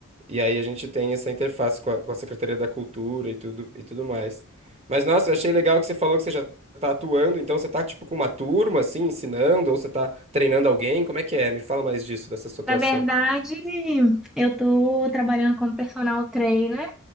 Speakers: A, on the right; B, in the centre.
A: E aí a gente tem essa interface com a, com a Secretaria da Cultura e tudo, e tudo mais. Mas, nossa, eu achei legal que você falou que você já tá atuando, então você tá, tipo, com uma turma, assim, ensinando, ou você tá treinando alguém, como é que é? Me fala mais disso, dessa sua atuação.
B: Na verdade, eu tô trabalhando como personal trainer